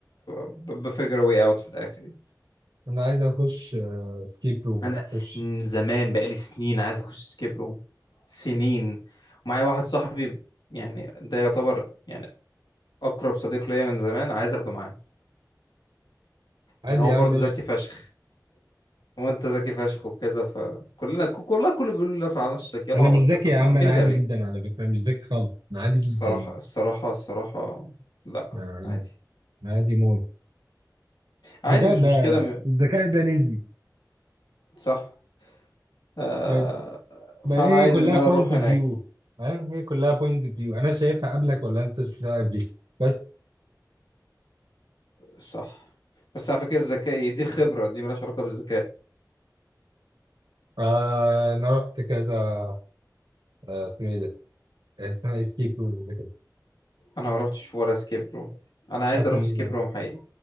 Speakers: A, on the left; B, on the right.
A: ب... بفجر واي اوت في الاخر يعني.
B: انا عايز اخش اسكيب روم
A: انا
B: خش
A: من زمان بقالي سنين عايز اخش سكيب روم سنين معايا واحد صاحبي يعني ده يعتبر يعني اقرب صديق ليا من زمان عايز اخده معايا
B: عادي
A: لان هو
B: يا
A: برضه
B: عم مش
A: ذكي فشخ هو انت ذكي فشخ وكده فكلنا ك- كلها الكل بيقول لي على نفسه ذكي العبط
B: انا مش ذكي
A: ده طب
B: يا عم
A: ما مين
B: انا عادي
A: غبي
B: جدا على فكره مش ذكي خالص انا عادي جدا
A: الصراحة الصراحة الصراحة لا
B: يعني
A: عادي
B: عادي موت
A: عادي
B: الذكاء
A: مش
B: ده
A: مشكلة م-
B: الذكاء ده نسبي
A: صح آه
B: بعد- بعدين
A: فأنا
B: هي
A: عايز
B: كلها
A: إن أنا
B: بوينت
A: أروح
B: اوف
A: هناك
B: فيو فاهم هي كلها بوينت اوف فيو انا شايفها قبلك ولا انت شايفها قبلي بس
A: صح بس على فكرة الذكاء دي الخبرة دي مالهاش علاقة بالذكاء
B: آه انا رحت كذا آه اسمه ايه ده اسمها اسكيب روم كده
A: أنا ما رحتش ولا سكيب روم أنا عايز
B: حاسس
A: أروح
B: ان
A: سكيب روم حقيقي